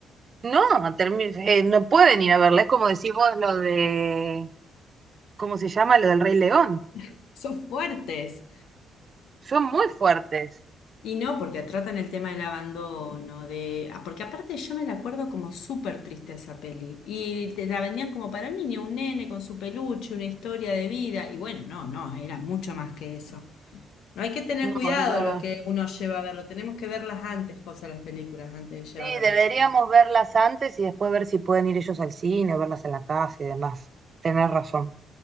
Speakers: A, on the right; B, on the left.
A: No, termi- eh, no pueden ir a verla. Es como decís vos lo de ¿cómo se llama? Lo del Rey León.
B: <laughs> Son fuertes.
A: Son muy fuertes.
B: Y no, porque tratan el tema del abandono, de... ah, Porque aparte yo me la acuerdo como súper triste esa peli. Y te la vendían como para niño, un nene con su peluche, una historia de vida. Y bueno, no, no, era mucho más que eso. No hay que tener
A: No,
B: cuidado
A: es verdad.
B: lo que uno lleva a verlo. Tenemos que verlas antes, José, las películas, antes de llevar
A: Sí,
B: a los
A: deberíamos
B: chicos.
A: verlas antes y después ver si pueden ir ellos al cine, o verlas en la casa y demás. Tenés razón.